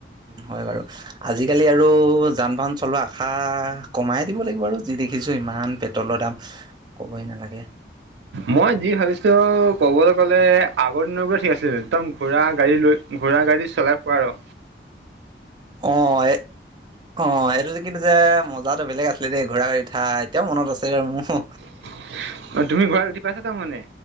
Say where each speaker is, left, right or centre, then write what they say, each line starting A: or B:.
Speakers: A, on the right; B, on the right.
A: হয় বাৰু আজিকালি আৰু যান বাহন চলোৱা আশা কমাই দিব লাগিব বাৰু যি দেখিছোঁ ইমান পেট্ৰলৰ দাম ক'বই নালাগে
B: মই যি ভাবিছো কবলৈ গ'লে আগৰ দিনৰ পৰা ঠিক আছিল একদম ঘোৰা গাড়ী লৈ ঘোঁৰা গাড়ী চলাই পোৱা
A: অ ', এ অ', এইটো যে কিন্তু যে মজাতো বেলেগ আছিলে দেই, ঘুৰা গাড়ীত উঠা এতিয়াও মনত আছে ৰ মোৰ
B: অ', তুমি ঘোঁৰাত উঠি পাইছা তাৰ মানে